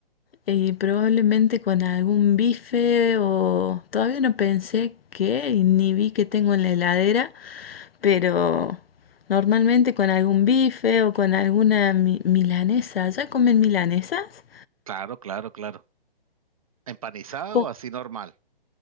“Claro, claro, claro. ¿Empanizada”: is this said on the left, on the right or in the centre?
Right